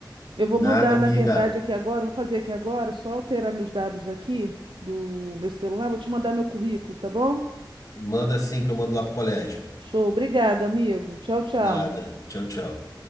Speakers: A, on the right; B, on the left.
A: Eu vou
B: Nada,
A: mandar,
B: amiga,
A: na verdade, aqui agora, vou fazer aqui agora, só alterar meus dados aqui do meu celular, vou te mandar meu currículo, tá bom?
B: manda assim que eu mando lá pro colégio.
A: Show, obrigado, amigo. Tchau, tchau.
B: Nada, tchau, tchau.